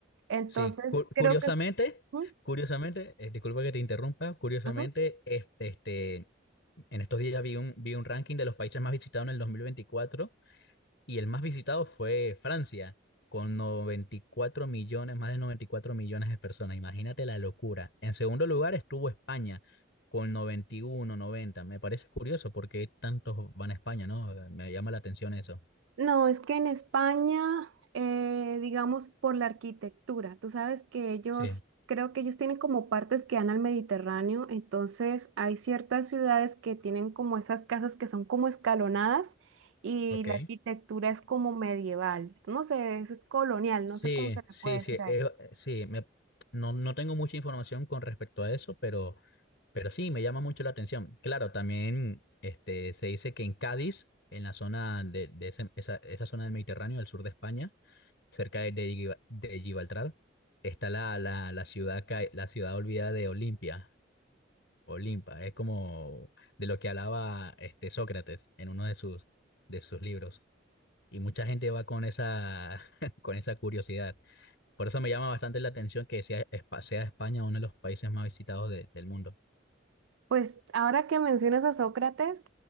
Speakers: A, on the right (about 75°); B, on the left (about 65°).
A: Entonces,
B: Sí, Cu-
A: creo
B: curiosamente,
A: que... Ujú,
B: curiosamente, eh, disculpa que te interrumpa, curiosamente,
A: ujú.
B: este, este, en estos días vi un, vi un ranking de los países más visitados en el dos mil veinticuatro Y el más visitado fue Francia, con noventa y cuatro millones, más de 94 millones de personas. Imagínate la locura. En segundo lugar estuvo España, con 91 90. Me parece curioso porque tantos van a España, ¿no? Me llama la atención eso.
A: No, es que en España, eh, digamos, por la arquitectura, tú sabes que ellos,
B: Sí,
A: creo que ellos tienen como partes que dan al Mediterráneo, entonces hay ciertas ciudades que tienen como esas casas que son como escalonadas y
B: ok.
A: la arquitectura es como medieval, no sé, eso es colonial,
B: Sí,
A: no sé cómo se le
B: sí,
A: puede decir
B: sí,
A: a
B: eh,
A: eso.
B: sí, me, no, no tengo mucha información con respecto a eso, pero, pero sí, me llama mucho la atención. Claro, también este, se dice que en Cádiz, en la zona de, de ese- esa, esa zona del Mediterráneo, al sur de España, cerca de, de, Giba- de Gibraltar, está la, la, la ciudad, ca- la ciudad olvidada de Olimpia. Olimpa, es como de lo que hablaba este Sócrates en uno de sus, de sus libros. Y mucha gente va con esa, <laughs> con esa curiosidad. Por eso me llama bastante la atención que sea, Espa- sea España uno de los países más visitados de- del mundo.
A: Pues ahora que mencionas a Sócrates,